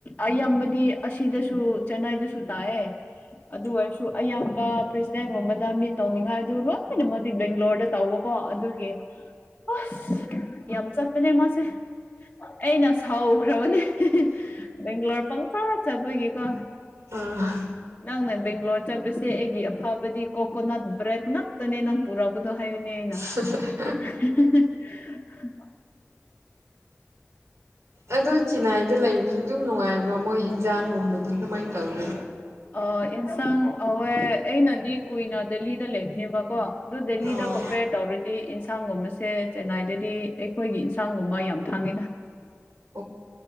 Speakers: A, on the left (about 30°); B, on the right (about 70°).
A: ꯑꯌꯥꯝꯕꯗꯤ ꯑꯁꯤꯗꯁꯨ ꯆꯦꯅꯥꯏ ꯗꯥꯁꯨ ꯇꯥꯏꯑꯦ
B: <unintelligible> <inaudible>
A: ꯑꯗꯨ ꯑꯣꯏꯔꯁꯨ ꯑꯌꯥꯝꯕ ꯄ꯭ꯔꯦꯁꯤꯗꯦꯟꯒꯨꯝꯕꯗ ꯃꯤꯠ ꯇꯧꯅꯤꯡꯉꯥꯏ ꯑꯗꯨ ꯂꯣꯏꯅꯃꯛꯗꯤ ꯕꯦꯡꯒ꯭ꯂꯣꯔꯗ ꯇꯧꯕꯀꯣ ꯑꯗꯨꯒꯤ ꯑꯁ ꯌꯥꯝ ꯆꯠꯄꯅꯦ ꯃꯥꯁꯦ꯫ ꯑꯩꯅ ꯁꯥꯎꯈ꯭ꯔꯕꯅꯦ ꯭ꯕꯥꯡꯂꯣꯔ ꯄꯡꯆꯠꯄꯒꯤꯀꯣ
B: ꯑꯥ
A: ꯅꯪꯅ ꯕꯦꯡꯒ꯭ꯂꯣꯔ ꯆꯠꯄꯁꯦ ꯑꯩꯒꯤ ꯑꯐꯕꯗꯤ ꯀꯣꯀꯣꯅꯠ ꯕ꯭ꯔꯦꯗ ꯉꯥꯛꯇꯅꯦ ꯅꯪ ꯄꯨꯔꯛꯄꯗ‌ꯣ ꯍꯥꯏꯕꯅ‌ꯦ ꯑꯩꯅ
B: ꯁꯦꯁ‌ꯦ
A: <unintelligible>
B: ꯑꯗꯣ ꯆꯤꯅꯥꯏꯗ ꯂꯩꯕꯁꯨ ꯑꯗꯨꯝ ꯅꯨꯡꯉꯥꯏꯕ꯭ꯔꯣ ꯃꯣꯏ ꯍꯤꯟꯖꯥꯡꯒꯨꯝꯕꯗꯤ ꯀꯃꯥꯏꯅ ꯇꯧꯒꯦ
A: ꯑ ꯏꯟꯁꯥꯡ ꯑꯥꯎꯋ‌ꯦ ꯑꯩꯅꯗꯤ ꯀꯨꯏꯅ ꯗꯦꯜꯂꯤꯗ ꯂꯩꯕꯅꯦꯕꯀꯣ ꯑꯗꯨ ꯗꯦꯜꯂꯤꯗ
B: ꯑꯣ
A: ꯀꯝꯄꯦꯌꯔ ꯇꯧꯔꯗꯤ ꯏꯟꯁꯥꯡꯒꯨꯝꯕꯁꯦ ꯆꯦꯟꯅꯥꯏꯗꯗꯤ ꯑꯩꯈꯣꯏꯒꯤ ꯏꯟꯁꯥꯡꯒꯨꯝꯕ ꯌꯥꯝ ꯐꯥꯡꯉꯤꯗ
B: <inaudible>